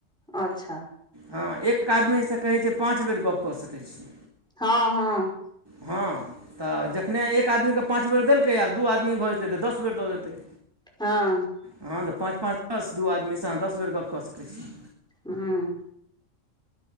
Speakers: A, in the centre; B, on the right.
A: अच्छा।
B: हँ एक आदमीसे कहै छैय पाँच बेर गप कऽ सकै छी।
A: हँ-हँ।
B: हँ। त जखने एक आदमीके पाँच बेर देलकै आब दू आदमी भऽ जेतै त दस बेर दऽ देतै।
A: हँ।
B: हँ तऽ पाँच पाँच द-स दू आदमीसँ अह दस बेर गप कऽ सकै छी।
A: हम्म